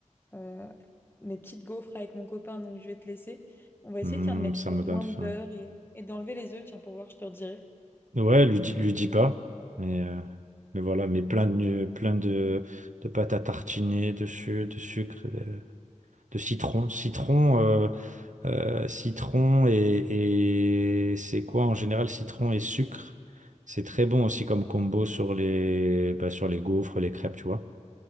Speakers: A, on the left; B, on the right.
A: euh, mes petites gaufres avec mon copain, donc je vais te laisser. On va essayer,
B: Mm,
A: tiens, de mettre
B: ça
A: euh,
B: me donne
A: moins
B: faim.
A: de beurre et, et d'enlever les œufs, tiens, pour voir, je te redirai.
B: Ouais, lui dis, lui dis pas. Mais, euh, mais voilà, mais plein de, plein de, de pâte à tartiner, de, su- de sucre, de, de citron. Citron, euh, euh, citron et, et c'est quoi en général, citron et sucre? C'est très bon aussi comme combo sur les, bah, sur les gaufres, les crêpes, tu vois.